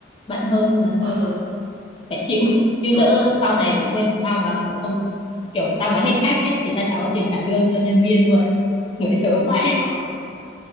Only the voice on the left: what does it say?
Bận hơn nhưng mà thôi,
phải chịu. <laughs>
Chứ
lỡ sau này
tự nhiên tao mà không, kiểu tao mà hết khách ấy, thì tao chả có tiền trả lương cho nhân viên luôn. Đuổi sớm vậy.